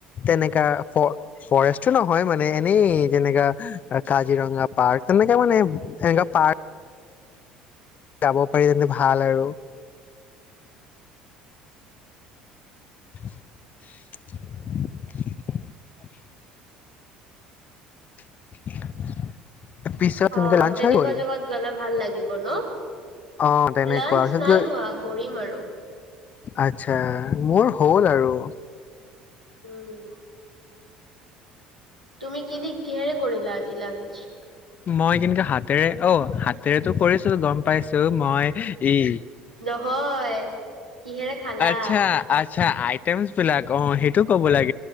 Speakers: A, on the left; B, on the right.
A: তেনেকা ফৰেষ্টটো নহয় মানে এনেই যেনেকা কাজিৰঙা পাৰ্ক তেনেকা মানে এনে পাৰ্ক যাব পাৰি তেন্তে ভাল আৰু <inaudible> <inaudible> তেনেকে
B: অ
A: লাঞ্চ
B: তেনেকুৱা
A: হৈ গ'ল
B: জগাত গ'লে ভাল লাগে। দিব ন।
A: অ', তেনেকুৱা
B: লানঞ্চ
A: পিছত
B: নাই
A: গৈ
B: হোৱা কৰিম আৰু-
A: আচ্ছা মোৰ হ'ল আৰু
B: উম। তুমি কি দি কিহেৰে কৰিলা‌ আজি লাঞ্চ।
A: মই কিন্তু হাতেৰে অ হাতেৰেটো কৰিছো গম পাইছো। মই ই
B: নহয় কিহেৰে খালা?
A: আচ্ছা আচ্ছা আইটেমছ বিলাক অ সেইটো ক'ব লাগে।